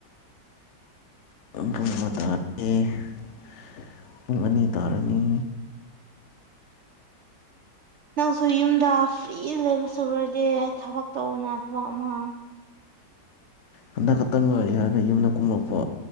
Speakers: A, on the left; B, on the right.
A: ꯄꯨꯡ ꯑꯃ ꯄꯨꯡ ꯑꯅꯤ ꯇꯥꯔꯅꯤ
B: ꯅꯪꯁꯨ ꯌꯨꯝꯗ ꯐ꯭ꯔꯤ ꯂꯩꯕ ꯁꯕꯗꯤ ꯊꯕꯛ ꯇꯧꯅ ꯊꯕꯛ ꯑꯃ
A: ꯍꯟꯗꯛ ꯈꯛꯇꯪ ꯉꯥꯏꯔꯤ ꯍꯥꯏꯔꯒ ꯌꯨꯝꯗ ꯀꯨꯝꯂꯛꯄ